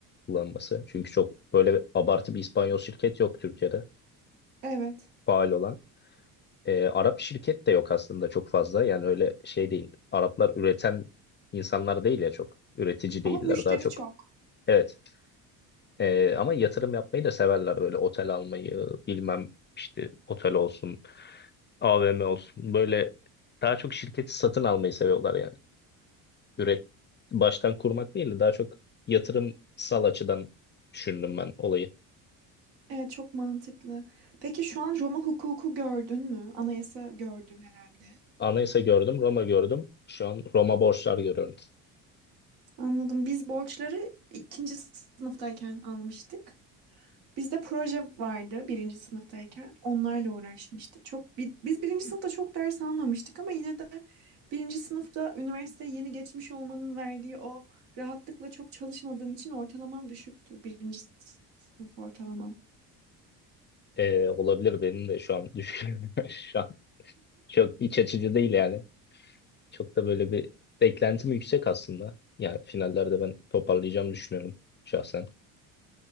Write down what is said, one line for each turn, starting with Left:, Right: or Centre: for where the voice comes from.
Left: kullanması. Çünkü çok böyle abartı bir İspanyol şirket yok Türkiye'de
Right: Evet.
Left: faal olan. Ee, Arap şirket de yok aslında çok fazla. Yani öyle şey değil. Araplar üreten insanlar değil ya çok. Üretici
Right: Ama
Left: değiller
Right: müşteri
Left: daha çok.
Right: çok.
Left: Evet. Ee, ama yatırım yapmayı da severler böyle otel almayı bilmem işte otel olsun, AVM olsun böyle daha çok şirketi satın almayı seviyorlar yani. üret baştan kurmak değil de daha çok yatırımsal açıdan düşündüm ben olayı.
Right: Evet çok mantıklı. Peki şu an Roma hukuku gördün mü? Anayasa gördün herhalde.
Left: Anayasa gördüm, Roma gördüm. Şu an Roma borçlar görüyorum.
Right: Anladım. Biz borçları ikinci sınıftayken almıştık. Bizde proje vardı birinci sınıftayken. Onlarla uğraşmıştık. Çok bi- biz birinci sınıfta çok ders almamıştık ama yine de birinci sınıfta üniversiteye yeni geçmiş olmanın verdiği o rahatlıkla çok çalışmadığım için ortalamam düşüktü. Birinci sınıf ortalamam.
Left: Ee, olabilir benim de şu an düşünüyorum. <laughs> Şu an çok iç açıcı değil yani. Çok da böyle bir beklentim yüksek aslında. Yani finallerde ben toparlayacağımı düşünüyorum şahsen.